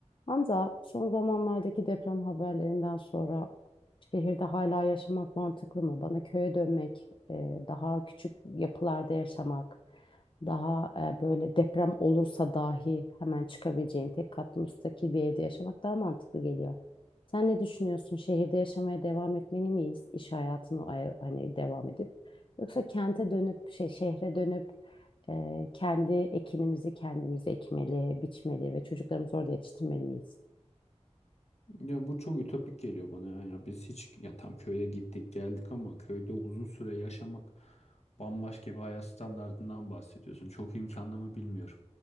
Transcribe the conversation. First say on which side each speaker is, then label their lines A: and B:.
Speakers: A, on the left; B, on the left.
A: Hamza, son zamanlardaki deprem haberlerinden sonra şehirde hala yaşamak mantıklı mı? Bana köye dönmek, e, daha küçük yapılarda yaşamak, daha e, böyle deprem olursa dahi hemen çıkabileceğin tek katlı müstakil bir evde yaşamak daha mantıklı geliyor. Sen ne düşünüyorsun? Şehirde yaşamaya devam etmeli miyiz? İş hayatına ay- hani devam edip yoksa kente dönüp şey şehre dönüp e, kendi ekinimizi kendimiz ekmeli, biçmeli ve çocuklarımızı orada yetiştirmeli miyiz?
B: Ya bu çok ütopik geliyor bana ya. Ya biz hiç ya tam köye gittik geldik ama köyde uzun süre yaşamak bambaşka bir hayat standardından bahsediyorsun. Çok imkanlı mı bilmiyorum.